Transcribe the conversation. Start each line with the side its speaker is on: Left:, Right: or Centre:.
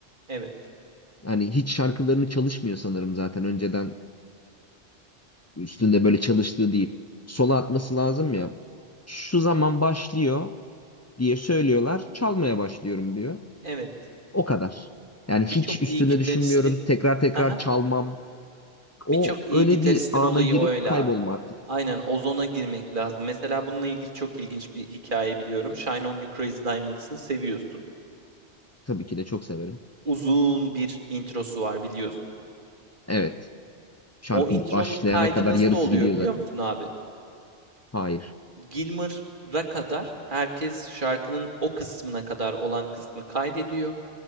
Right: Evet.
Left: Hani hiç şarkılarını çalışmıyor sanırım zaten önceden. Üstünde böyle çalıştığı değil. Sola atması lazım ya. Şu zaman başlıyor diye söylüyorlar. Çalmaya başlıyorum diyor.
Right: Evet.
Left: O kadar. Yani hiç
Right: Birçok
Left: üstünde
Right: iyi gitaristin
Left: düşünmüyorum. Tekrar tekrar
Right: <laughs>
Left: çalmam. O
Right: Birçok iyi
Left: öyle
Right: gitaristin
Left: bir ana
Right: olayı
Left: girip
Right: o öyle
Left: kaybolma
Right: abi.
Left: artık.
Right: Aynen ozona girmek lazım. Mesela bununla ilgili çok ilginç bir hikaye biliyorum. Shine On You Crazy Diamonds'ı seviyorsun.
Left: Tabii ki de çok severim.
Right: Uzun bir introsu var biliyorsun.
Left: Evet. Şarkı
Right: O intronun
Left: başlayana
Right: kaydı
Left: kadar
Right: nasıl
Left: yarısı
Right: oluyor
Left: gidiyor
Right: biliyor
Left: zaten.
Right: musun abi?
Left: Hayır.
Right: Gilmour'a kadar herkes şarkının o kısmına kadar olan kısmı kaydediyor.